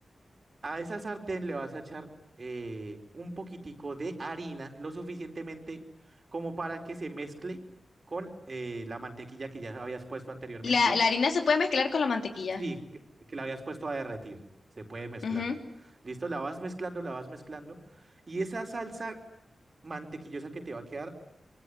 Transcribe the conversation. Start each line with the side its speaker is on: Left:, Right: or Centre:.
Right: A esa sartén le vas a echar eh, un poquitico de harina, lo suficientemente como para que se mezcle con eh, la mantequilla que ya habías puesto anteriormente.
Left: La, la harina se puede mezclar con la mantequilla.
Right: Sí, que, que la habías puesto a derretir. Se puede mezclar.
Left: Ujú,
Right: ¿Listo? La vas mezclando, la vas mezclando. Y esa salsa mantequillosa que te va a quedar